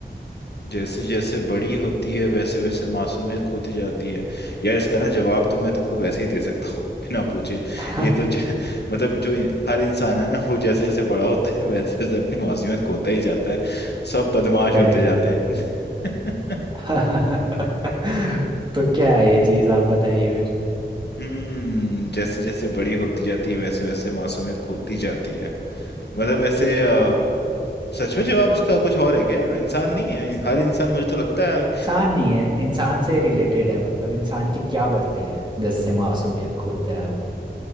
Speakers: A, on the left (about 65°); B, on the right (about 25°).
A: जैसे जैसे बड़ी होती है वैसे वैसे मासूमियत खोती जाती है यार इसका ना जवाब तो मैं तुमको वैसे ही दे सकता हूँ <laughs> बिना पूछे
B: <laughs>
A: ये तो ज... <laughs> मतलब जो इन- हर इंसान है ना वो जैसे जैसे बड़ा होता है <laughs> वैसे वैसे अपनी मासूमियत खोता ही जाता है सब बदमाश
B: करेक्ट
A: होते जाते हैं <laughs>
B: <laughs> तो क्या है ये चीज़ आप बताइए फिर
A: हम्म जैसे जैसे बड़ी होती जाती है वैसे वैसे मासूमियत खोती जाती है मतलब ऐसे अ, सच में जवाब इसका कुछ और है क्या यार इंसान नहीं है हर इंसान मुझे तो लगता है
B: इंसान नहीं है इंसान से रिलेटेड है मतलब इंसान की क्या बढ़ती है जिससे मासूमियत खोता है वो